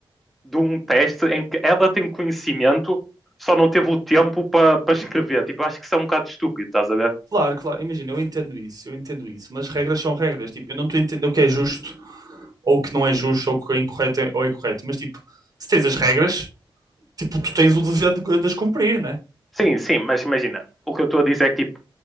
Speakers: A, in the centre; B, on the right (about 45°).
A: de um teste em que ela tem um conhecimento, só não teve o tempo para pa escrever. Tipo, eu acho que isso é um bocado estúpido, estás a ver?
B: Claro, claro, imagina, eu entendo isso, eu entendo isso, mas regras são regras. Tipo, eu não estou a entender o que é justo ou o que não é justo ou o que é incorreto ou é correto, mas tipo, se tens as regras, tipo, tu tens o dever de, de as cumprir, né?
A: Sim, sim, mas imagina, o que eu estou a dizer é que tipo,